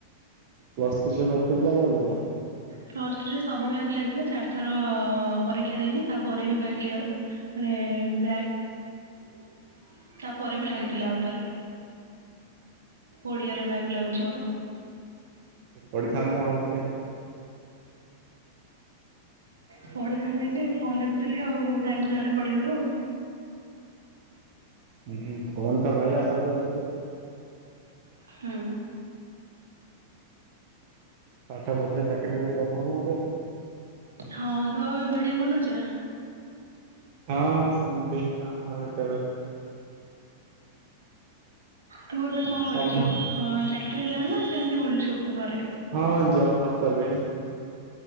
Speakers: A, on the right; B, on the right.
A: ପ୍ଲସ ଥ୍ରି ରେ ବ୍ୟାକ ଫ୍ୟାକ <unintelligible>
B: ପ୍ଲସ୍ ଥ୍ରୀରେ ସବୁ ବ୍ୟାକ୍ ଲାଗିଥିଲା ଚାରି ଥର ପରୀକ୍ଷା ଦେଲି ତାପରେ ବି ବ୍ୟାକ୍ କ୍ଲିୟର ମାନେ ବ୍ୟାକ୍ ତାପରେ ବି ଲାଗିଥିଲା ଆଉ ଥରେ। ଓଡିଆରେ ବ୍ୟାକ୍ ଲାଗୁଚି ମୋର।
A: ପଢ଼ିଥାନ୍ତ ନା ଭଲ ସେ।
B: ପଢିଥାନ୍ତି ଯେ ଫୋନ୍ ଦେଖୁଥିଲି ଆଉ ଟାଇମ୍ ହେଲାନି ପଢିବାକୁ।
A: ଉଁ ହୁଁ ଫୋନ ତ ବାଇଆ ସବୁ <unintelligible>
B: ହୁଁ।
A: ପାଠ ପଢିଥିଲେ ଚାକିରି ଫାକିରି କରିଥାନ୍ତୁ ନା ଏବେ।
B: ହଁ ତୁ ଆଉ ଏବେ ଭିଡିଓ ବନଉଚୁ ନା?
A: ହଁ ସେମିତି ଙ୍କା ଭା ଯେତେବେଳେ।
B: ତୁ ଏବେ କଣ
A: ସବୁ
B: କରୁଚୁ ଉଁ ଚାକିରି ହେଲାଣି ନା ସେମିତି ବୁଲୁଚୁ? ମୁଁ ଘରେ
A: ହଁ ଜବ୍ ଫବ୍ କଲିଣି।